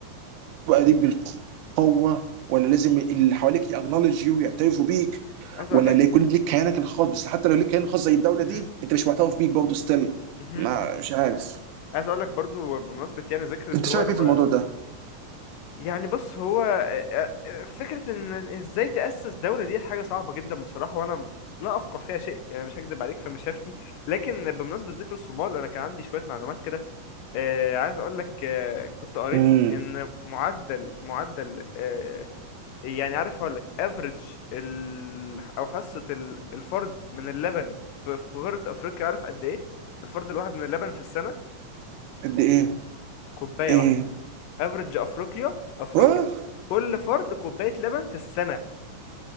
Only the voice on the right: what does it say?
بقى دي بالقوه ولا لازم اللي حواليك يأكنولج يو يعترفوا بيك
ولا
اللي يكون ليك كيانك الخاص بس حتى لو ليك كيان خاص زي الدوله
دي انت مش معترف بيك برضه ستيل
ما
مش عارف
انت شايف ايه
في الموضوع ده؟
امم
قد ايه؟
ايه؟
واه